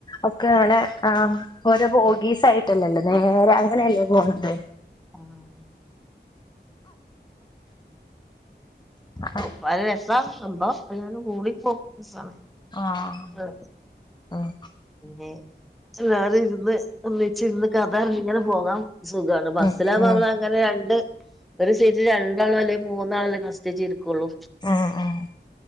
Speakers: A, on the left; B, in the centre.
A: ഒക്കെങ്ങനെ ആഹ് ഓരോ ബോഗീസ് ആയിട്ടല്ലല്ലോ നേരെ അങ്ങനെയല്ലേ പോണത്
B: ആഹ്
A: ആഹ്
B: ഒപ്പായ രസാ സംഭവം എല്ലാരും കൂടി പോവുമ്പോ രസാണ്
A: ആഹ്
B: ആ
A: ഉം
B: പിന്നെ എല്ലരുംർന്ന് ഒന്നിച്ചിർന്ന് കഥർഞ്ഞിങ്ങനെ പോകാൻ സുഖാണ് ബസ്സിലാവുമ്പോളാ
A: ഉം ഉം
B: ഇങ്ങനെ രണ്ട് ഒരു സീറ്റ് രണ്ടാളോ അല്ലെ മൂന്നാളല്ലേ കസ്റ്റിച്ചിരിക്കുള്ളൂ
A: ഉം ഉം